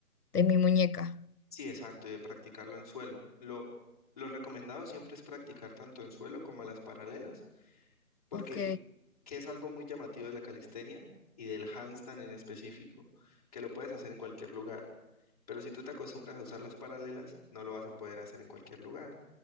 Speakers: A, on the left; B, on the left.
A: de mi muñeca.
B: Sí, exacto, y de practicarlo en suelo. Lo, lo recomendado siempre es practicar tanto en suelo como las paralelas, porque
A: Ok.
B: que es algo muy llamativo de la calistenia y del handstand en específico, que lo puedes hacer en cualquier lugar. Pero si tú te acostumbras a usar las paralelas, no lo vas a poder hacer en cualquier lugar.